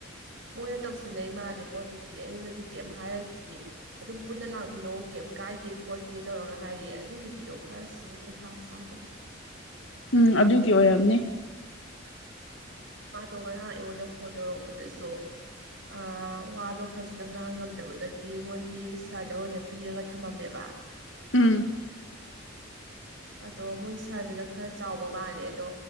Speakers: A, on the right (about 65°); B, on the left (about 65°).
A: ꯃꯣꯏꯅ ꯇꯧꯁꯟꯅꯩ ꯃꯥꯜꯂꯦꯀꯣ ꯑꯗꯨꯗꯤ ꯑꯩꯉꯣꯟꯗꯗꯤ ꯀꯩꯝ ꯍꯥꯏꯔꯛꯇꯦ ꯑꯗꯨꯝ ꯄꯨꯟꯅ ꯂꯥꯛꯃꯤꯟꯅꯧ ꯀꯩꯝ ꯀꯥꯏꯗꯦ ꯈꯣꯠꯇꯦ ꯇꯧꯔꯒ ꯍꯥꯏꯔꯛꯑꯦ ꯑꯗꯨꯏ ꯅꯨꯄꯤꯗꯣ ꯈꯔꯁꯨ ꯍꯩꯄꯥ ꯁꯥꯕꯅꯦ
B: ꯎꯝ ꯑꯗꯨꯒꯤ ꯑꯣꯏꯔꯝꯅꯤ
A: ꯃꯥꯗꯣ ꯉꯔꯥꯡ ꯑꯩꯉꯣꯟꯗ ꯐꯣꯟ ꯇꯧꯔꯛꯄꯗꯁꯨ ꯑꯥ ꯋꯥꯗꯣ ꯐꯖꯅ ꯉꯥꯡꯉꯝꯗꯕꯗꯒꯤ ꯃꯣꯏꯒꯤ ꯁꯥꯔꯗ ꯑꯣꯏꯅ ꯄꯤꯔꯒ ꯊꯝꯃꯝꯃꯦꯕ
B: ꯎꯝ
A: ꯑꯗꯣ ꯃꯣꯏ ꯁꯥꯔꯗꯨꯅ ꯈꯔ ꯆꯥꯎꯕ ꯃꯥꯜꯂꯦ ꯑꯗꯣ